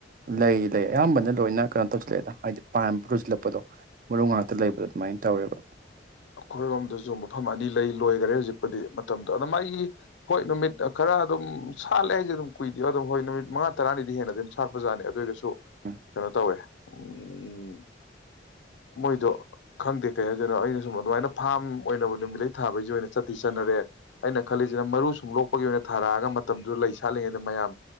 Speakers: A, on the right (about 45°); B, on the left (about 80°).
A: ꯂꯩ ꯂꯩ ꯑꯌꯥꯝꯕꯅ ꯂꯣꯏꯅ ꯀꯩꯅꯣ ꯇꯧꯁꯤꯜꯂꯛꯑꯦꯗ ꯍꯥꯏꯗꯤ ꯄꯥꯟꯕ ꯂꯣꯏꯁꯤꯜꯂꯛꯄꯗꯣ ꯃꯔꯨ ꯉꯥꯛꯇ ꯂꯩꯕꯗꯣ ꯑꯗꯨꯃꯥꯏꯅ ꯇꯧꯔꯦꯕ
B: ꯑꯩꯈꯣꯏꯔꯣꯝꯗꯁꯨ ꯃꯐꯝ ꯑꯅꯤ ꯂꯩ ꯂꯣꯏꯈꯔꯦ ꯍꯧꯖꯤꯛꯄꯨꯗꯤ ꯃꯇꯝꯗꯣ ꯑꯗ ꯃꯥꯒꯤ ꯍꯣꯏ ꯅꯨꯃꯤꯠ ꯈꯔ ꯑꯗꯨꯝ ꯁꯥꯠꯂꯦ ꯍꯥꯏꯁꯦ ꯑꯗꯨꯝ ꯀꯨꯏꯗꯦ ꯑꯗꯨꯝ ꯍꯣꯏ ꯅꯨꯃꯤꯠ ꯃꯉꯥ ꯇꯥꯔꯥꯅꯤ ꯍꯦꯟꯅ ꯑꯗꯨꯝ ꯁꯥꯠꯄ ꯁꯥꯅꯦ ꯑꯗꯣꯁꯨ
A: ꯎꯝ
B: ꯀꯩꯅꯣ ꯇꯧꯑ ꯑꯝ ꯃꯣꯢꯗꯣ ꯈꯪꯗꯦ ꯀꯩꯍꯥꯏꯗꯣꯅꯣ ꯁꯨꯝ ꯑꯗꯨꯃꯥꯏꯅ ꯐꯥꯔꯝ ꯑꯣꯏꯅꯕ ꯅꯨꯃꯤꯠꯂꯩ ꯊꯥꯕꯩꯖꯨ ꯑꯣꯏꯅ ꯆꯠꯇꯤ ꯆꯠꯅꯔꯦ ꯑꯩꯅ ꯈꯜꯂꯤꯖꯤꯅ ꯃꯔꯨ ꯁꯨꯝ ꯂꯣꯛꯄꯒꯤ ꯑꯣꯏꯅ ꯊꯥꯔꯛꯑꯒ ꯃꯇꯝꯗꯨꯗ ꯂꯩ ꯁꯥꯠꯂꯤꯉꯩꯗ ꯃꯌꯥꯝ